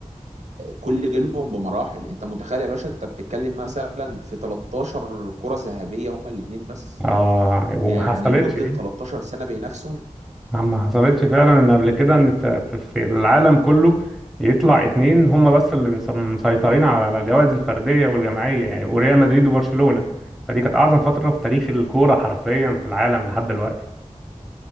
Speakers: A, on the right; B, in the centre.
A: كل جيلهم بمراحل انت متخيل يا باشا انت بتتكلم مثلا في 13 كرة ذهبية هما الاثنين بس
B: اه وما
A: يعني
B: حصلتش
A: لمدة
B: دي
A: 13 سنة بينافسهم
B: ما حصلتش فعلا ان قبل كده ان في في- في العالم كله يطلع اتنين هما بس اللي بنس- مسيطرين على الجوائز الفردية والجماعية يعني وريال مدريد وبرشلونة فدي كانت اعظم فترة في تاريخ الكورة حرفيا في العالم لحد دلوقتي